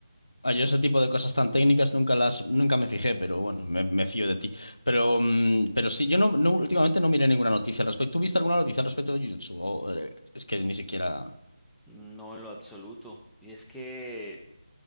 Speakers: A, on the left (about 85°); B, in the centre.
A: Ah, Yo ese tipo de cosas tan técnicas nunca las, nunca me fijé, pero bueno, me, me fío de ti. Pero, mm, pero sí, yo no, no- últimamente no miré ninguna noticia al respecto. ¿Tú viste alguna noticia al respecto de Jujutsu? O, eh, es que ni siquiera.
B: No en lo absoluto. Y es que